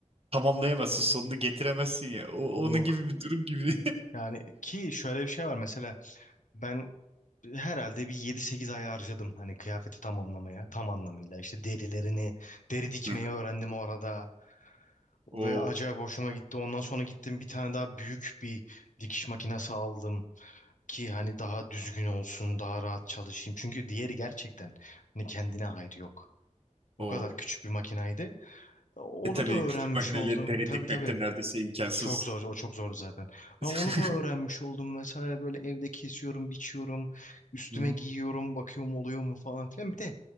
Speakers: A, on the right; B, on the left.
A: tamamlayamazsın, sonunu getiremezsin ya. O,
B: Yok.
A: onun gibi bir durum gibi.
B: Yani ki şöyle bir şey var mesela ben herhalde bir yedi sekiz ay harcadım hani kıyafeti tamamlamaya tam anlamıyla işte derilerini deri dikmeyi
A: <laughs> Hı hı.
B: öğrendim orada ve
A: O,
B: acayip hoşuma gitti ondan sonra gittim bir tane daha büyük bir dikiş makinesi aldım ki hani daha düzgün olsun, daha rahat çalışayım. Çünkü diğeri gerçekten hani kendine hayrı yok. O
A: o.
B: kadar küçük bir makinaydı. E, Onu
A: E tabii
B: da öğrenmiş
A: küçük makineyle
B: oldum.
A: deri
B: Tabii
A: dikmek
B: tabii.
A: de neredeyse imkansız.
B: Çok zor, o çok zordu zaten. Ama
A: <laughs>
B: onu da öğrenmiş oldum vesaire böyle evde kesiyorum, biçiyorum, üstüme
A: Hı hı.
B: giyiyorum, bakıyorum oluyor mu falan filan. Bir de